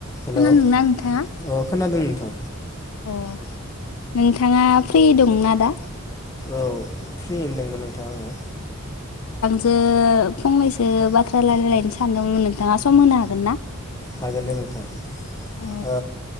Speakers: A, on the left; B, on the left.
A: Hello
B: खोनानोना आोंथाङा
A: अ खोनादों नोंथां
B: अ नोंथाङा फ्रि दंना दा
A: औ फ्रि होनदोंमोन नोंथां आङो
B: जो फंनैसो बाथ्रा रायलायलायनो सानदोंमोन नोंथाङा सम होनो हागोन ना
A: हागोन दे नोंथां ओ
B: अ